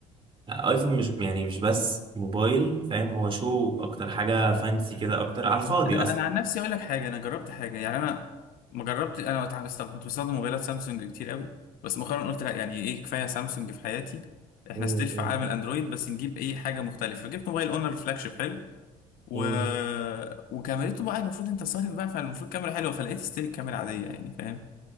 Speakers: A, on the right (about 35°); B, on the left (about 70°).
A: ايفون مش يعني مش بس موبايل فاهم هو شو اكتر حاجة فانسي كده اكتر على الفاضي
B: بس انا
A: اصلا
B: انا عن نفسي اقول لك حاجه انا جربت حاجه يعني انا ما جربت انا وتع- است- كنت بستخدم موبايلات سامسونج كتير قوي بس مؤخرا قلت لا يعني ايه كفايه سامسونج في حياتي احنا
A: مم،
B: ستيل في
A: مم،
B: عالم الاندرويد بس نجيب اي حاجه مختلفه فجبت موبايل اونر فلاج شيب حلو و...
A: مم،
B: وكاميرته بقى المفروض انت صارف بقى فالمفروض كاميرا حلوه فلقيت ستيل الكاميرا عاديه يعني فاهم